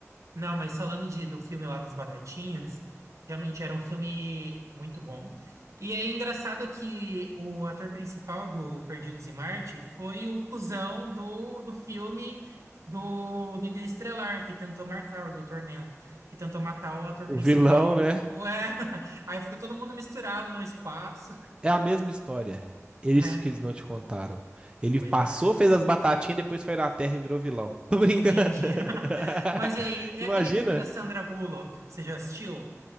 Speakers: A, on the right; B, on the right.
A: Não, mas falando de, do filme lá das Batatinhas, realmente era um filme muito bom. E é engraçado que o ator principal do Perdidos em Marte foi o cuzão do, do filme do, do Interestelar, que tentou matar o Dr. Man, que tentou matar o ator
B: O
A: principal.
B: vilão, né?
A: Ué, <laughs> aí fica todo mundo misturado no espaço.
B: É a mesma história. É
A: É,
B: isso que eles não te contaram. Ele
A: pois
B: passou,
A: é,
B: fez as batatinhas, depois foi na Terra e virou vilão. Tô brincando.
A: entendi. <laughs>
B: <laughs>
A: Mas e aí, é
B: Imagina.
A: aquele filme da Sandra Bullock, você já assistiu?